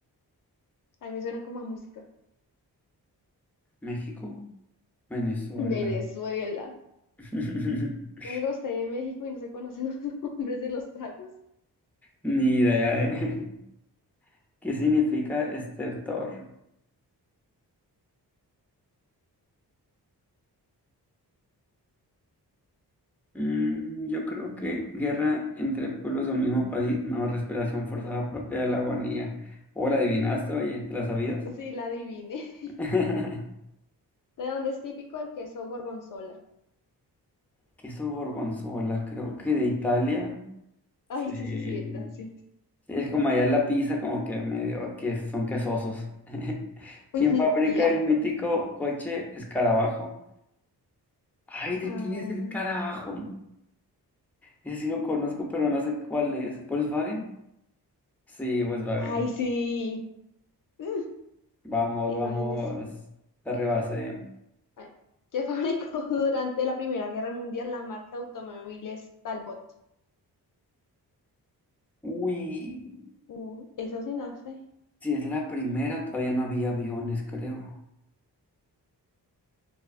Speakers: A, on the left; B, in the centre.
A: A mí me suena como a música.
B: ¿México? Venezuela.
A: Venezuela.
B: <laughs>
A: Me diga usted en México y no se conocen los <laughs> nombres de los tragos.
B: Ni idea, ¿eh? <laughs> ¿Qué significa estertor? Mm, yo creo que guerra entre pueblos de un mismo país, no, respiración forzada
A: No,
B: propia de la agonía. O la adivinaste, oye, ¿te la sabías?
A: sí la adiviné. <laughs>
B: <laughs>
A: ¿De dónde es típico el queso gorgonzola?
B: Queso gorgonzola,
A: Ay,
B: creo que
A: no
B: de
A: mentiras.
B: Italia.
A: Ay,
B: Sí.
A: sí, sí, sí, era, sí, sí.
B: Sí, es como allá en la pizza, como que medio que son quesosos. <laughs>
A: <laughs>
B: ¿Quién fabrica
A: Y harto.
B: el mítico coche escarabajo? Ay, ¿de
A: Ah,
B: quién es el carabajo? Ese sí lo conozco, pero no sé cuál es. ¿Volkswagen? Sí, Volkswagen.
A: ay, sí. Mm,
B: Vamos,
A: imagínese.
B: vamos, te rebasé.
A: Bueno, que fabricó <laughs> durante la Primera Guerra Mundial la marca de automóviles Talbot.
B: Uy,
A: Uh, eso sí, no sé.
B: si es la primera, todavía no había aviones, creo.